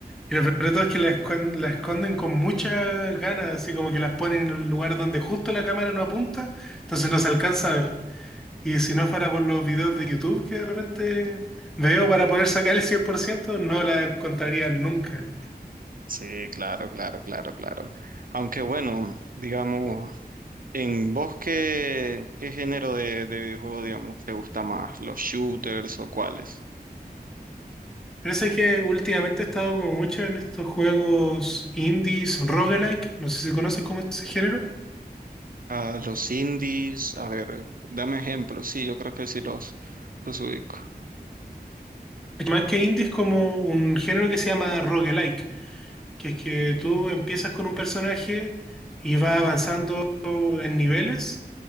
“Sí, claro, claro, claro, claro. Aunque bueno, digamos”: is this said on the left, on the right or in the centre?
Right